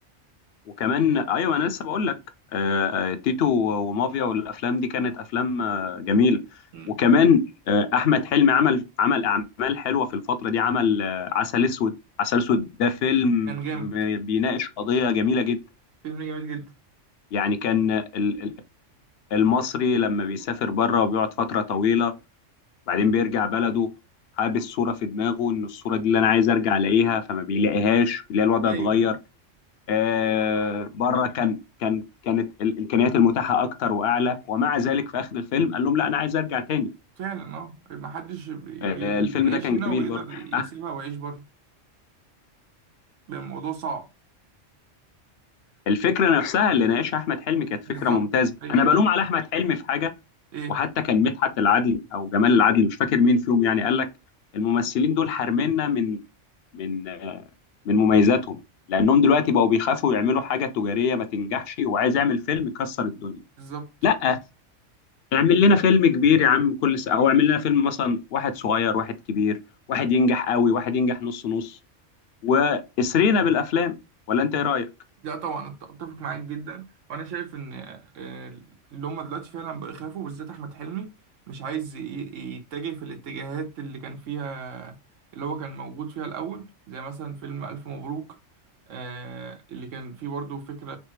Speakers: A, on the left; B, on the right.
A: وكمان ايوه انا لسه بقول لك آه، آه، تيتو ومافيا والافلام دي كانت افلام آه، جميله
B: مم.
A: وكمان آه، احمد حلمي عمل عمل اعمال حلوه في الفتره دي عمل آه، عسل اسود عسل اسود ده فيلم
B: كان جامد
A: بيناقش قضيه جميله جدا
B: فيلم جامد جدا
A: يعني كان ال- ال- المصري لما بيسافر بره وبيقعد فتره طويله بعدين بيرجع بلده حابس صوره في دماغه ان الصوره دي اللي انا عايز ارجع الاقيها فما بيلاقيهاش بيلاقي الوضع
B: أيوه
A: اتغير
B: أيوه
A: آه، بره كان كان كانت الامكانيات المتاحه اكتر واعلى ومع ذلك في اخر الفيلم قال لهم لا انا عايز ارجع تاني
B: فعلا أه محدش بي-
A: آه،
B: بي-
A: الفيلم
B: بيعيش
A: ده كان
B: هنا
A: جميل
B: وبيقدر
A: برضه
B: يسيبها
A: آه،
B: ويعيش بره بيبقى الموضوع صعب
A: الفكره نفسها اللي ناقشها احمد حلمي كانت
B: بالظبط
A: فكره ممتازه
B: أيوه
A: انا بلوم على احمد حلمي في حاجه
B: إيه
A: وحتى كان مدحت العدل او جمال العدل مش فاكر مين فيهم يعني قال لك الممثلين دول حارميننا من من آه، من مميزاتهم لانهم دلوقتي بقوا بيخافوا يعملوا حاجه تجاريه ما تنجحش وعايز يعمل فيلم يكسر الدنيا
B: بالظبط
A: لا اعمل لنا فيلم كبير يا عم كل سنة او اعمل لنا فيلم مثلا واحد صغير واحد كبير واحد ينجح قوي واحد ينجح نص نص واسرينا بالافلام ولا انت
B: مم.
A: ايه رايك
B: لا طبعا أت- اتفق معاك جدا وانا شايف ان آه، اللي هم دلوقتي فعلا بقوا يخافوا بالذات احمد حلمي مش عايز ي- ي- يتجه في الاتجاهات اللي كان فيها اللي هو كان موجود فيها الاول زي مثلا فيلم الف مبروك آه، اللي كان فيه برضه فكرة